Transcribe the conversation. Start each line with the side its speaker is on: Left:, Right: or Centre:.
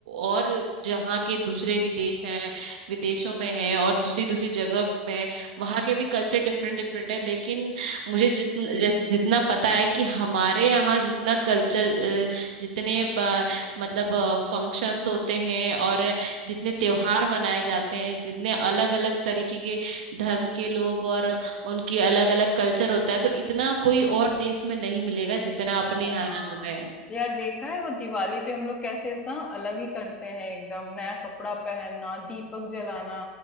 Right: और जहाँ के दूसरे विदेश हैं विदेशों में है और दूसरी दूसरी जगह में वहाँ के भी कल्चर डिफरेंट डिफरेंट है लेकिन मुझे जितना जितना पता है कि हमारे यहाँ जितना कल्चर जितने अ, मतलब फंक्शंस होते हैं और जितने त्योहार मनाए जाते हैं जितने अलग अलग तरीके के धर्म के लोग और उनकी अलग अलग कल्चर होता है तो इतना कोई और देश में नहीं मिलेगा
Left: नहीं
Right: जितना
Left: होता
Right: अपने यहाँ
Left: है हाँ
Right: रंग में है
Left: यार देखा है वो दिवाली पे हम लोग कैसे ना अलग ही करते हैं एकदम नया कपड़ा पहनना दीपक जलाना